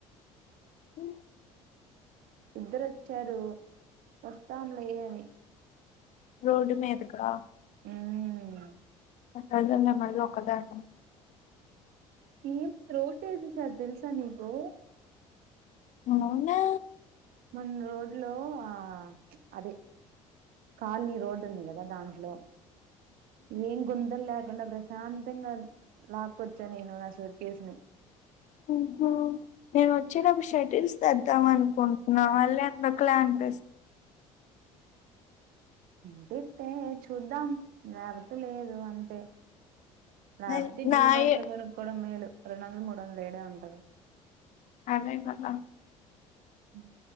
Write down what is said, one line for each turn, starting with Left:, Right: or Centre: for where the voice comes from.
Left: హ
Right: ఇద్దరూ వచ్చారూ వస్తాంలే అని.
Left: రోడ్ మీదకురా
Right: మ్మ్
Left: <unintelligible> మళ్ళ ఒక్కదాన్ని
Right: ఇంగేముంది రోడ్ ఏసేశారు తెల్సా నీకూ.
Left: అవునా
Right: మొన్న రోడ్లో ఆ ప్చ్ అదీ ఖాళీ రోడ్డు ఉంది గదా దాంట్లో. ఏం గుంతల్ లేకుండా ప్రశాంతంగా లాక్కొచ్చా నేను నా సూట్ కేస్ ని. <inaudible>
Left: ఊహ నేను వచ్చేటపుడు షటిల్స్ తెద్దాం అనుకుంటున్నా మళ్ళి ఎందుకులే అం డేస్
Right: ఉంటే తే చూద్దాం లేకపోతే లేదు అంతే. లేకపోతే
Left: అది నాయే
Right: డీ మాట్లో కొనుక్కోడం మేలు రెండు వందలు మూడందలు ఇడే ఉంటది
Left: అదే కథ
Right: అ